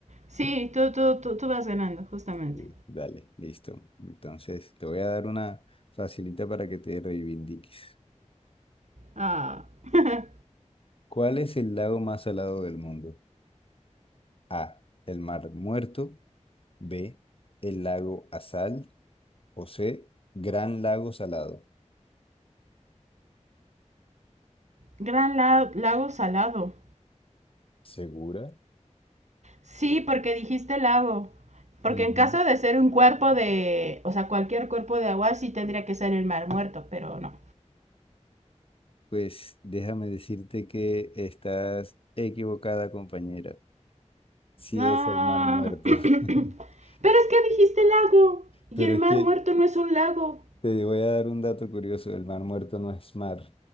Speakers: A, on the right; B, on the left.
A: Sí, tú, tú, tú, tú vas ganando, justamente.
B: Sí. Dale, listo. Entonces, te voy a dar una facilita para que te reivindiques.
A: Ah. <laughs>
B: ¿Cuál es el lago más salado del mundo? A, el Mar Muerto. B, el lago Azal. O C, Gran Lago Salado.
A: Gran la- lago salado.
B: ¿Segura?
A: Sí, porque dijiste lago. Porque
B: Ujú.
A: en caso de ser un cuerpo de, o sea, cualquier cuerpo de agua sí tendría que ser el mar muerto, pero no.
B: Pues déjame decirte que estás equivocada, compañera. Sí
A: Ah.
B: es el Mar Muerto.
A: <clears throat> <coughs> Pero es
B: <laughs>
A: que dijiste lago.
B: Pero
A: Y el
B: es
A: mar
B: que
A: muerto no es un lago.
B: te voy a dar un dato curioso. El Mar Muerto no es mar,